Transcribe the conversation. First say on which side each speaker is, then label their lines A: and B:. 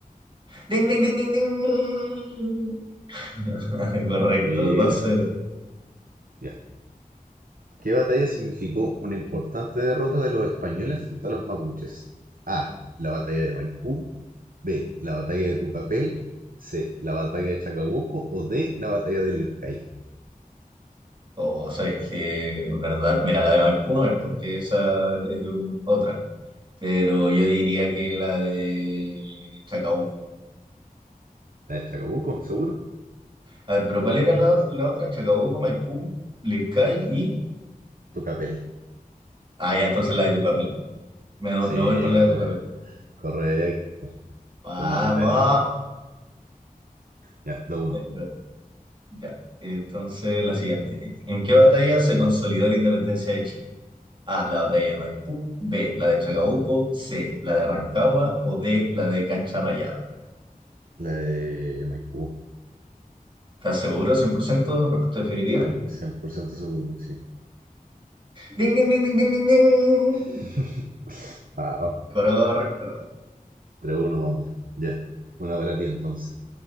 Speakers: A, on the right (about 35°); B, on the right (about 70°).
A: Ding, ding, ding, ding, ding. <laughs> Correcto,
B: Mira,
A: dos cero.
B: ya. ¿Qué batalla significó una importante derrota de los españoles frente a los mapuches? A. La batalla de Maipú. B. La batalla de Tucapel. C. La batalla de Chacabuco. O D. La batalla del Lircay.
A: O sabes que en verdad, mira, la de Maipú no es porque esa es un- otra, pero yo diría que la de Chacabuco.
B: La de Chacabuco, seguro.
A: A ver, pero ¿cuál era la, la otra? Chacabuco, Maipú, Lircay y...
B: Tucapel.
A: Ah, ya, entonces la de Tucapel. Me,
B: Sí,
A: me voy por la
B: correcto.
A: de Tucapel.
B: Correcto.
A: ¡Vamos!
B: ¿Cómo hacer la de Chacabuco? Ya, 2 uno.
A: Eh, Ya, entonces la siguiente. ¿En qué batalla se consolidó la independencia de Chile? A, la batalla de Maipú, B, la de Chacabuco, C, la de Rancagua o D, la de Cancha Rayada.
B: La de Maipú.
A: ¿Estás seguro? cien por ciento ¿Respuesta definitiva?
B: cien, cien por ciento seguro, sí.
A: ¡Ding, ding, ding, ding, ding, ding, ding!
B: <laughs> Wow,
A: Correcto.
B: 3 uno vamos. Ya. Una para ti entonces.